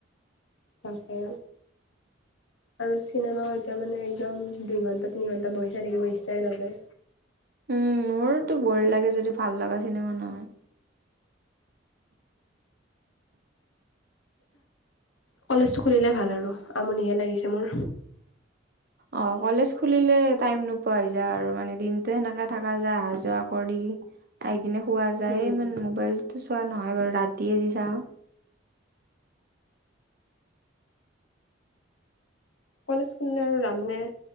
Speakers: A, on the left (about 85°); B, on the right (about 50°).
A: তাকে আৰু চিনেমাও এতিয়া মানে একদম দুই ঘণ্টা তিনি ঘণ্টা বহি চাই থাকিব ইচ্ছাই নাযায়।
B: উম মোৰোতো বৌৰ লাগে যদি ভাল লাগা চিনেমা নাই।
A: কলেজ খুলিলে ভাল হব আমনিহে লাগিছে মোৰ।
B: অ কলেজ খুলিলে টাইম নোপোৱা হৈ যায় আৰু মানে দিনটো সেনেকা থাকা যায় আহা যোৱা কৰি। আহি কিনে শুৱা যায়
A: উম
B: ইমান মোবাইলতো চোৱা নহয় বাৰু ৰাতিয়ে যি চাওঁ।
A: কলেজ খুলিলে আৰু ৰাম নে,